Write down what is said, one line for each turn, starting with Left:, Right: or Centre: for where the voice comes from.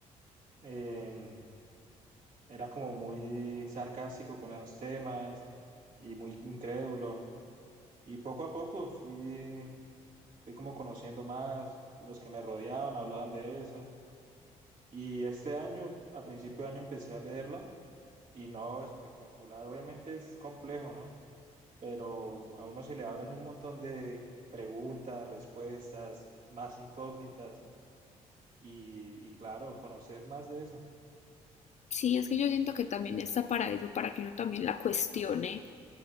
Right: em, era como muy sarcástico con esos temas y muy incrédulo. Y poco a poco fui, fui como conociendo más, los que me rodeaban hablaban de eso. Y este año, a principio de año, empecé a leerla y no, espectacular. Obviamente es complejo, ¿no? pero a uno se le abren un montón de preguntas, respuestas, más incógnitas y, y claro, conocer más de eso.
Left: Sí, es que yo siento que también está para eso, para que uno también la cuestione.